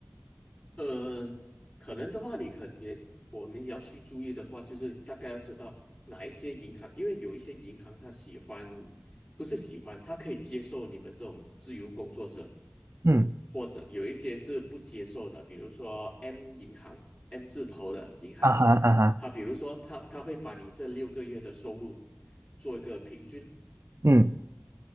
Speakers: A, on the left (about 25°); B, on the right (about 60°).
A: 呃，可能的话，你可也我们也要去注意的话，就是大概要知道哪一些银行，因为有一些银行它喜欢，不是喜欢，它可以接受你们这种自由工作者，
B: 嗯，
A: 或者有一些是不接受的，比如说 M 银行，M 字头的银行，
B: 啊哈啊哈，
A: 它比如说他他会把你这六个月的收入做一个平均，
B: 嗯